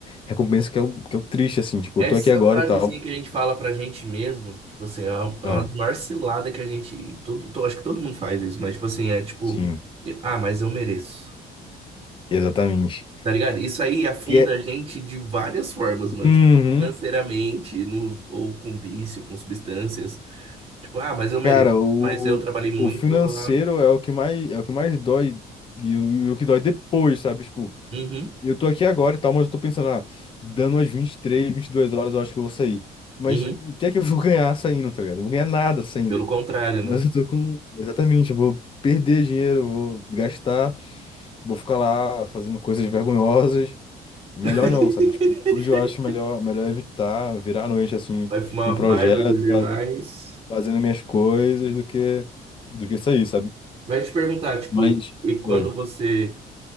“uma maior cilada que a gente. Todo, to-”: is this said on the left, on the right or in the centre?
Right